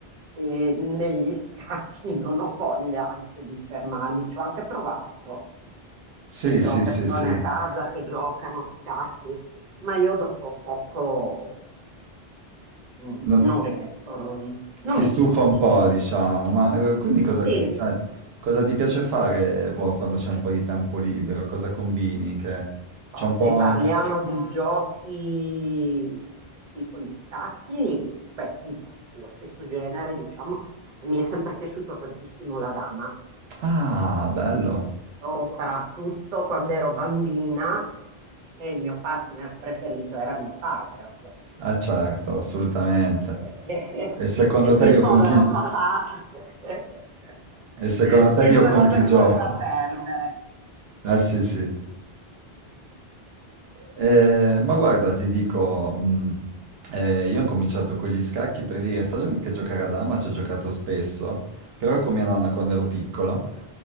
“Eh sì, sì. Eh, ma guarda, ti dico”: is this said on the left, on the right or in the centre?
Right